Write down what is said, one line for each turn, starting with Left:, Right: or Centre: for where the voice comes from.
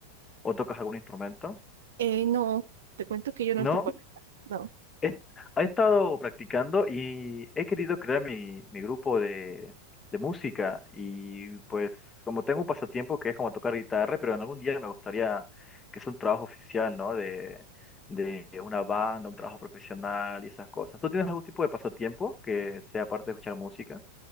Left: o tocas algún instrumento.
Right: Eh, no, te cuento que yo no
Left: ¿No?
Right: te puedo, no.
Left: He, he estado practicando y he querido crear mi, mi grupo de, de música y pues como tengo un pasatiempo que es como tocar guitarra, pero en algún día me gustaría que sea un trabajo oficial, ¿no? De, de una banda, un trabajo profesional y esas cosas. ¿Tú tienes algún tipo de pasatiempo que sea aparte de escuchar música?